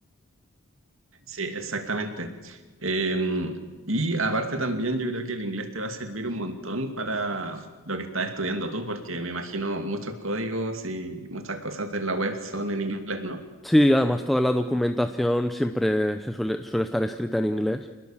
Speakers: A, on the right (about 70°); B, in the centre.
A: Sí, exactamente. Eh, y aparte también yo creo que el inglés te va a servir un montón para lo que estás estudiando tú, porque me imagino muchos códigos y muchas cosas de la web son en inglés, ¿no?
B: Sí, además toda la documentación siempre se suele, suele estar escrita en inglés